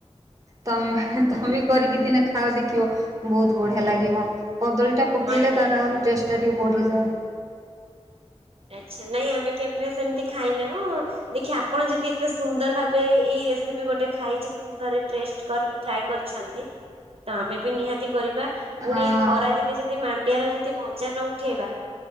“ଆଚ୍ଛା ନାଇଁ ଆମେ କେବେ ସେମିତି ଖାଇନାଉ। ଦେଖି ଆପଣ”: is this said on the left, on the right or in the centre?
Right